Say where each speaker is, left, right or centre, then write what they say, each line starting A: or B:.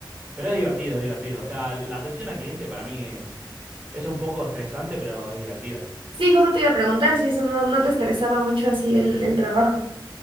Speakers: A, on the right; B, on the right.
A: Pero es divertido, es divertido. O sea, la atención al cliente para mí es, es un poco estresante, pero es divertida.
B: Sí, justo te iba a preguntar si eso no, no te estresaba mucho así el, el trabajo.